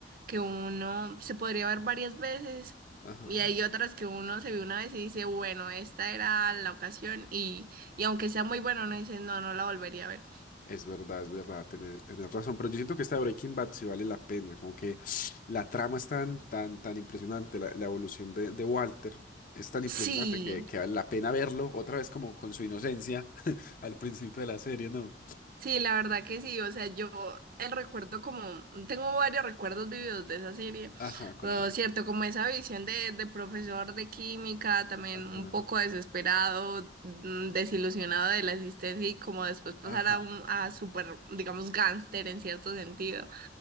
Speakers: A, on the right; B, on the left.
A: que uno se podría ver varias veces
B: Ajá.
A: y hay otras que uno se ve una vez y dice, bueno, esta era la ocasión y, y aunque sea muy bueno, uno dice, no, no la volvería a ver.
B: Es verdad, es verdad, tenés, tenés razón, pero yo siento que esta de Breaking Bad sí vale la pena, como que la trama es tan, tan, tan impresionante, la, la evolución de, de Walter es tan impresionante
A: Sí,
B: que, que vale la pena verlo otra vez como con su inocencia <laughs> al principio de la serie, ¿no?
A: Sí, la verdad que sí, o sea, yo el recuerdo como, tengo varios recuerdos vividos de esa serie,
B: Ajá, contame.
A: pero cierto, como esa visión de, de profesor de química, también
B: Ajá,
A: un poco desesperado, mm, desilusionado de la existencia y como después pasar
B: ajá,
A: a un, a súper, digamos, gángster en cierto sentido.